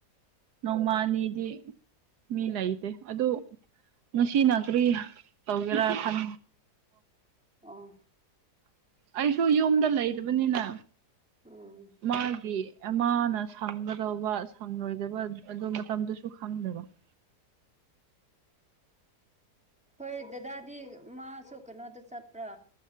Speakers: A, on the right (about 75°); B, in the centre.
A: ꯅꯣꯡꯃꯅꯤꯗꯤ ꯃꯤ ꯂꯩꯇꯦ ꯑꯗꯨ ꯉꯁꯤꯅ ꯀꯔꯤ ꯇꯧꯒꯦꯔꯥꯣ
B: ꯑꯣ
A: ꯑꯩꯁꯨ ꯌꯨꯝꯗ ꯂꯩꯗꯕꯅꯤꯅ
B: ꯎꯝ
A: ꯃꯥꯒꯤ ꯑꯃꯅ ꯁꯪꯒꯗꯧꯕ ꯁꯪꯂꯣꯏꯗꯕ ꯑꯗꯨ ꯃꯇꯝꯗꯨꯁꯨ ꯈꯪꯗꯦꯕ <inaudible>
B: ꯍꯣꯏ ꯗꯗꯥꯗꯤ ꯃꯥꯁꯨ ꯀꯩꯅꯣꯗ ꯆꯠꯄ꯭ꯔꯥ